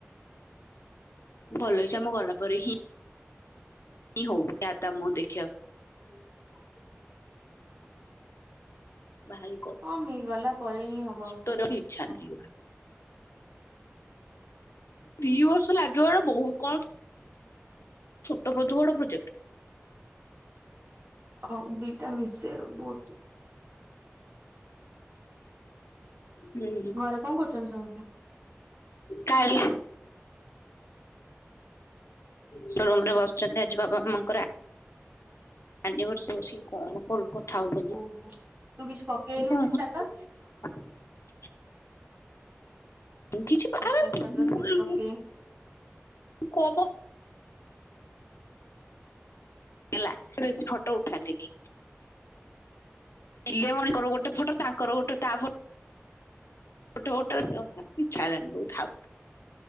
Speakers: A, on the left (about 75°); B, on the right (about 45°).
A: ଭଲ ହେଇଛି ଆମ ଗଲା ପରେ ହିଁ ଇ ହଉ ଦାଦା ମୁଁହଁ ଦେଖିଆକୁ
B: ହ <inaudible>
A: ଭାଇ
B: ହଁ ମି ଗଲା ପରେ ହିଁ ହବ
A: କଷ୍ଟ
B: <unintelligible>
A: ର ଇଚ୍ଛା ନାହିଁ। ଦି ବର୍ଷ ଲାଗିବାଟା ବହୁତ କମ୍। ଛୋଟ <unintelligible> ପ୍ରୋଜେକ୍ଟ।
B: ହଉ ଦିଟା ମିଶେ ଆଉ ବୋଥ।
A: ହୁଁ
B: ଘରେ କଣ କରୁଛନ୍ତି ସମସ୍ତେ?
A: କାଲି। ସୋରୁମରେ ବସିଛନ୍ତି, ଆଜି ବାବା ମାଆଙ୍କର ଆ ଆନିଭର୍ସରୀ ଅଛି, କଣ କଲୁ? କଥା ହଉଛନ୍ତି।
B: ଓହୋ ତୁ କିଛି ପକେଇନୁ ଯେ ଷ୍ଟାଟସ୍
A: <unintelligible> କିଛି
B: ଷ୍ଟାଟସ୍
A: <unintelligible>
B: ଫାଟସ୍ କିଛି ପକେଇନୁ।
A: ମୁଁ କ ପ। ହେଲା ସେ ବେଶୀ ଫଟୋ ଉଠାନ୍ତିନି। ପିଲା ମାନଙ୍କର ଗୋଟେ ଫଟୋ ତାଙ୍କର ଗୋଟେ ତା ଫ ଫୋଟୋ <unintelligible> ଇଛା ହେଲାନି <unintelligible> ଥାଉ।